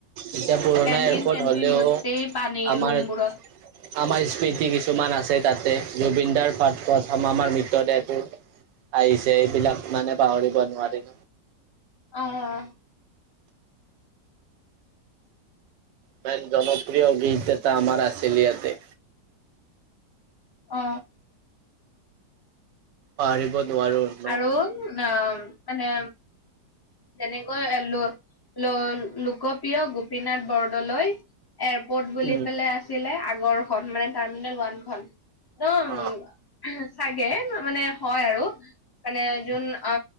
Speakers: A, on the right (about 80°); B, on the left (about 30°).
A: এতিয়া পুৰণা
B: কেনটিন
A: এয়াৰপৰ্ট
B: চেনটিন
A: হলেও
B: গোটেই পানি
A: আমাৰ
B: ৰুমবোৰত।
A: আমাৰ স্মৃতি কিছুমান আছে তাতে জুবিনদাৰ পাৰঠ পথ আমাৰ মৃতদেহটো। আহিছে এইবিলাক মানে পাহৰিব নোৱাৰি।
B: অ অ।
A: ইমান জনপ্ৰিয় গীত এটা আমাৰ আছিল ইয়াতে।
B: অ।
A: পাহৰিব নোৱাৰো। ন
B: আৰু অ মানে। তেনেকৈ ল ল লোকপ্ৰিয় গোপীনাথ বৰদলৈ। এয়াৰপৰ্ট বুলি
A: উম
B: পেলাই আছিলে আগৰখন মানে। টাৰ্মিনেল ওৱান খ একদ
A: অ
B: চাগে মানে হয় আৰু। মানে যোন আ